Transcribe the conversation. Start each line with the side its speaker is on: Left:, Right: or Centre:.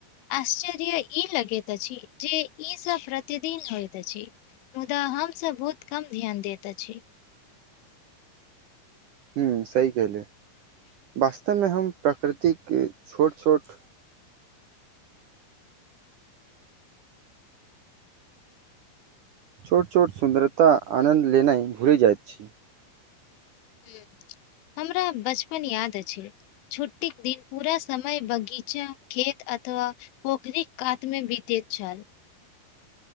Left: आश्चर्य यै ई लगैत अछि इ की इ सब प्रतिदिन होइत अछि मुदा हम सब बहुत कम ध्यान दैत अछी
Right: हूँ सही कहले वास्तव मे हम प्राकृतिके छोट - छोट छोट - छोट सुन्दरता आनन्द लेनाय भुल जाइत छै
Left: हूँ हमरा बचपन याद अछि छुट्टीक दिन पूरा समय बगीचा खेत अथवा पोखरीक कात मे बितैत छल